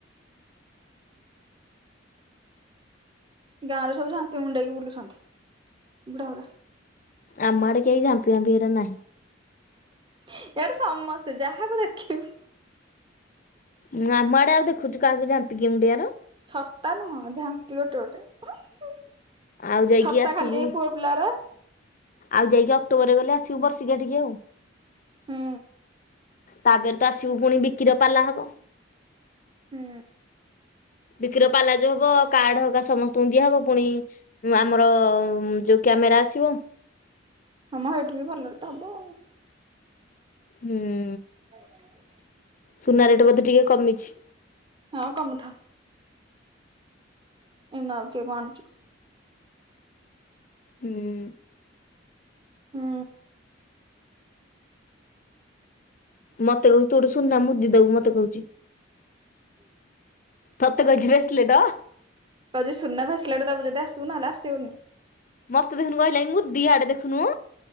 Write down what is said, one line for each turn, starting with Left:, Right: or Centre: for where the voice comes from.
Right: ଗାଁ ରେ ସବୁ ଝାଣ୍ଟିଆ ମୁଣ୍ଡେଇକି ବୁଲୁଛନ୍ତି ବୁଢା ଗୁରା।
Left: ଆମ ଆଡେ କେହି ଝାମ୍ପି ଫାମ୍ପି ଏରା ନାହିଁ।
Right: ଇଆଡେ ସମସ୍ତେ ଯାହାକୁ ଦେଖିବୁ।
Left: ଉଁ ଆମ ଆଡେ ଆଉ ଦେଖୁଛୁ କାହାକୁ ଯାମ୍ପି କିଏ ମୁଣ୍ଡେଇବାର।
Right: ଛତା ନୁହଁ ଝାମ୍ପି ଗୋଟେ ଗୋଟେ।
Left: ଆଉ ଯାଇକି
Right: ଛତା
Left: ଆସିବୁ
Right: ଖାଲି ଏଇ ପୁଅ ପିଲା ଗୁର।
Left: ଆଉ ଯାଇକି ଅକ୍ଟୋବର ରେ ବେଲେ ଆସିବୁ ବର୍ଷି କିଆ ଟିକି ଆଉ।
Right: ହୁଁ।
Left: ତାପରେ ତ ଆସିବୁ ପୁଣି ବିକି ର ପାଲା ହବ।
Right: ହୁଁ।
Left: ବିକି ପାଲା ଯୋଉ ହବ କାର୍ଡ ହକା ସମସ୍ତଙ୍କୁ ଦିଆହବ ପୁଣି। ଉଁ ଆମର ଯୋଉ କ୍ୟାମେରା ଆସିବ।
Right: ହଁ ମ ହେଠିକି ଭଲରେ ତ ହବ ଆଉ।
Left: ହୁଁ।
Right: ହ ହ
Left: ସୁନା ରେଟେ ବଧେ ଟିକେ କମିଛି।
Right: ହଁ କମୁଥାଉ ଏଇନୁ ଆଉ କିଏ କଁ ଆଣୁଚି
Left: ହୁଁ।
Right: ହୁଁ।
Left: ମତେ କହୁଚି ତୁ ଗୋଟେ ସୁନା ମୁଦି ଦବୁ ମତେ କହୁଚି। ତତେ କହିଚି ବ୍ରେସଲେଟ।
Right: କହୁଜି ସୁନା ବ୍ରେସଲେଟ ଦବୁ ଯଦି ଆସିବୁ ନହଲେ ଆସିବୁନି।
Left: ମତ ଦେଖୁନୁ କହିଲାଣି ମୁଦି ହିଆଡେ ଦେଖୁନୁ।